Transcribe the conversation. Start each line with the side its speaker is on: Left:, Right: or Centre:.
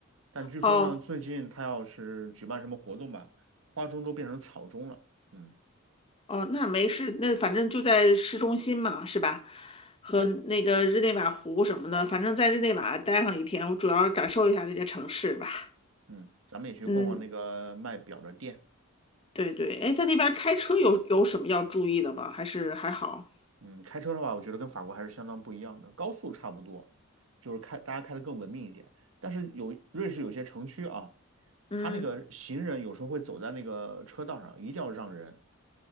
Right: 但据说呢，
Left: 哦
Right: 最近它要是举办什么活动吧，花钟都变成草钟了。嗯
Left: 哦，那没事，那反正就在市中心嘛，是吧？和那个日内瓦湖什么的，反正在日内瓦待上一天，我主要感受一下这个城市吧。
Right: 嗯，咱们也去逛逛那个卖表的店。
Left: 嗯，对对，哎，在那边开车有有什么要注意的吗？还是还好？
Right: 嗯，开车的话，我觉得跟法国还是相当不一样的，高速差不多，就是开大家开的更文明一点。但是有瑞士有些城区啊，
Left: 嗯，
Right: 它那个行人有时候会走在那个车道上，一定要让人，